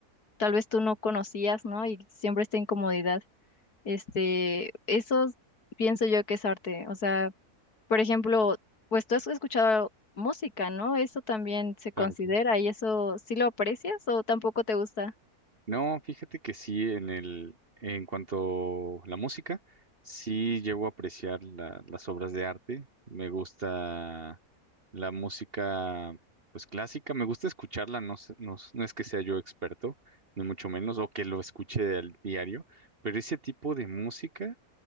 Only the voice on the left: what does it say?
tal vez tú no conocías, ¿no? Y siempre esta incomodidad. Este, eso pienso yo que es arte. O sea, por ejemplo, pues tú has escuchado música, ¿no? Eso también se considera
y eso sí lo aprecias o tampoco te gusta.